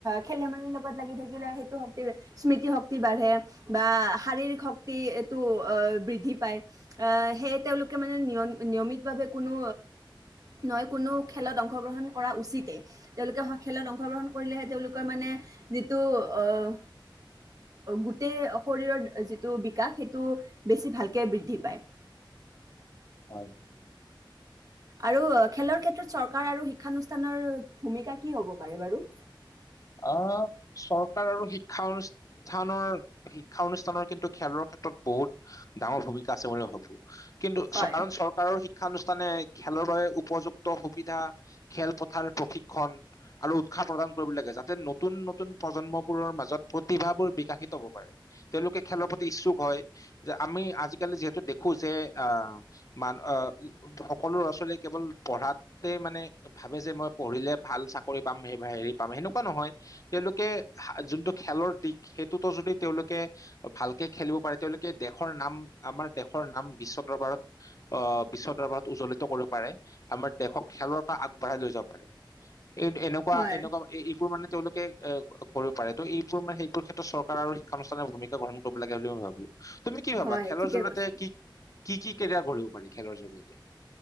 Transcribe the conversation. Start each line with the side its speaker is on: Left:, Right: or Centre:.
Right: খেল ধেমালিৰ লগত লাগি থাকিলে। সেইটো শক্তি স্মৃতি শক্তি বাঢ়ে বা শাৰীৰিক শক্তিটো অ' বৃদ্ধি পায়। অ', সেয়ে তেওঁলোকে মানে নিয়ম, নিয়মিতভাৱে কোনো নহয়, কোনো খেলত অংশগ্ৰহণ কৰা উচিতেই। তেওঁলোকে খেলত অংশগ্ৰহণ কৰিলেহে, তেওঁলোকৰ মানে যিটো অ'। গোটেই শৰীৰৰ যিটো বিকাশ, সেইটো বেছি ভালকে বৃদ্ধি পায়।
Left: হয়।
Right: আৰু খেলৰ ক্ষেত্ৰত চৰকাৰ আৰু শিক্ষানুষ্ঠানৰ ভূমিকা কি হ'ব পাৰে বাৰু।
Left: অ', চৰকাৰ আৰু শিক্ষা অনুষ্ঠান স্থানৰ, শিক্ষা অনুষ্ঠানৰ কিন্তু খেলৰ ক্ষেত্ৰত বহুত ডাঙৰ ভূমিকা আছে বুলি ভাবোঁ। কিন্তু
Right: হয়
Left: কাৰণ চৰ চৰকাৰৰ শিক্ষানুষ্ঠানে খেলৰ বাবে উপযুক্ত সুবিধা, খেলপথাৰ প্ৰশিক্ষণ। আৰু উৎসাহ প্ৰদান কৰিব লাগে। যে নতুন নতুন প্ৰজন্মবোৰৰ মাজত প্ৰতিভাবোৰ বিকাশিত হ'ব পাৰে। তেওঁলোকে খেলৰ প্ৰতি ইচ্ছুক হয়, যে আমি আজিকালি যিহেতু দেখো যে, আহ্। মান অ', সকলো ল'ৰা-ছোৱালীয়ে কেৱল পঢ়াতে মানে ভাবে যে মই পঢ়িলে ভাল চাকৰি পাম, হেৰি পাম হেনোঁ নহয়, তেওঁলোকে যোনটো খেলৰ দিশ। সেইটোতো যদি তেওঁলোকে ভালকে খেলিব পাৰে, তেওঁলোকে দেশৰ নাম। আমাৰ দেশৰ নাম বিশ্ব দৰবাৰত অ', বিশ্ব দৰবাৰত উজ্বলিত কৰিব পাৰে। আমাৰ দেশক খেলৰ পৰা আগবঢ়াই লৈ যাব পাৰে, এই এনেকুৱা
Right: হয়
Left: এনেকুৱা। বোৰ মানে তেওঁলোকে এ কৰিব পাৰে, ত' এইবোৰ মানে সেইবোৰ ক্ষেত্ৰত চৰকাৰ আৰু শিক্ষানুষ্ঠানে ভূমিকা গ্ৰহণ কৰিব লাগে বুলি মই ভাবোঁ। তুমি কি ভাবা,
Right: হয়
Left: খেলৰ
Right: ঠিকে
Left: জৰিয়তে
Right: কৈছে
Left: কি কি কেৰিয়াৰ গঢ়িব পাৰি, খেলৰ জৰিয়তে।